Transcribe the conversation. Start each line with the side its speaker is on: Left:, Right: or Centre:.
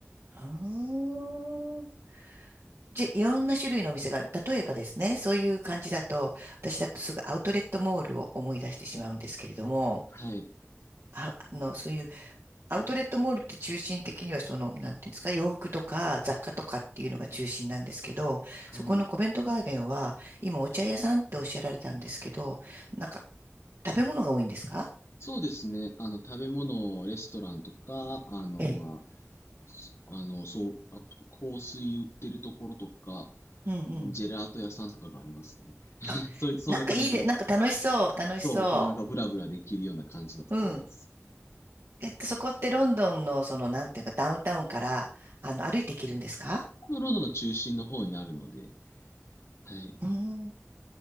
Right: うーんじ、いろんな種類のお店が、例えばですね、そういう感じだと、私だとすぐアウトレットモールを思い出してしまうんですけれども、
Left: はい。
Right: あ、あの、そういうアウトレットモールって中心的にはその、なんていうんですか、洋服とか雑貨とかっていうのが中心なんですけど、
Left: はい。
Right: そこのコメントガーデンは、今お茶屋さんっておっしゃられたんですけど、なんか食べ物が多いんですか
Left: そうですね。あの、食べ物、レストランとか、あの、
Right: ええ。
Left: まあ、すあの、そう、あと、香水売ってるところとか、
Right: うんうん。
Left: うんジェラート屋さんとかがありますね。<laughs>
Right: あ、
Left: そういう、そういう感じで。
Right: なんかいいで、なんか楽しそう、楽しそ
Left: そう、こう、なんかブラブラできるような感じのところです。
Right: う。うん。えっと、そこってロンドンの、その、なんていうか、ダウンタウンから、あの、歩いて行けるんですか
Left: ロンドンの中心の方にあるので、はい。
Right: うーん。